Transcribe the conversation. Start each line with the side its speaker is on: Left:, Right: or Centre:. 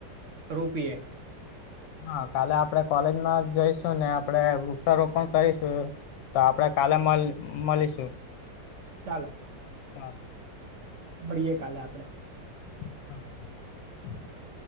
Right: રોપીએ.
Left: હા કાલે આપણે કોલેજમાં જઈશું, ને આપણે વૃક્ષારોપણ કરીશું. તો આપણે કાલે મલ મળીશું.
Right: ચાલો-
Left: ચાલ
Right: મળીયે કાલે આપણે.
Left: <unintelligible>